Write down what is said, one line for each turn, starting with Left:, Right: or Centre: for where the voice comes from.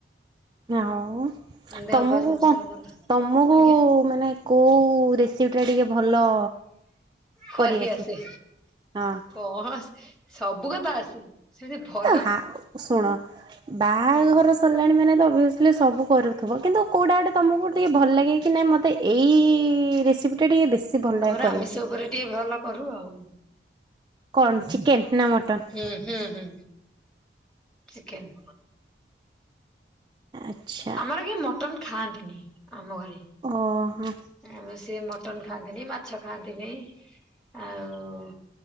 Right: <unintelligible>
Centre: ଦେହପାହ
Right: ତମକୁ
Centre: ସମସ୍ତିଙ୍କର
Right: କଣ
Centre: ଭଲ?
Right: ତମକୁ
Centre: ଆଜ୍ଞା
Right: ମାନେ କୋଉ ରେସିପିଟା ଟିକେ ଭଲ
Centre: କରି
Right: କରିଆସେ
Centre: ଆସେ?
Right: ହଁ
Centre: କଣ ସବୁ କଥା ଆସେ। ସେମିତି ଭ
Right: ହାଁ ଶୁଣ ବାହାଘର
Centre: ହୁଁ
Right: ସରିଲାଣି ମାନେ ଓଭିଅସଲି ସବୁ କରୁଥିବ। କିନ୍ତୁ କୋଉଟା ଗୋଟେ ତମକୁ ଟିକେ ଭଲ ଲାଗେ କି ନାଇଁ ମୋତେ ଏଇ ରେସିପିଟା ଟିକେ ବେଶୀ ଭଲ ଲାଗେ
Centre: ଆମର
Right: କରିବା
Centre: ଆମିଷ
Right: ପାଇଁ।
Centre: ଉପରେ ଟିକେ ଭଲ କରୁ ଆଉ।
Right: କଣ ଚିକେନ୍ ନା ମଟନ୍?
Centre: ହୁଁ, ହୁଁ, ହୁଁ ଚିକେନ୍।
Right: ଆଚ୍ଛା
Centre: ଆମର କିଏ ମଟନ୍ ଖାଆନ୍ତିନି, ଆମ ଘରେ।
Right: ଓହୋ।
Centre: ଆମେ ସିଏ ମଟନ ଖାଆନ୍ତିନି ମାଛ ଖାଆନ୍ତିନି। ଆଉ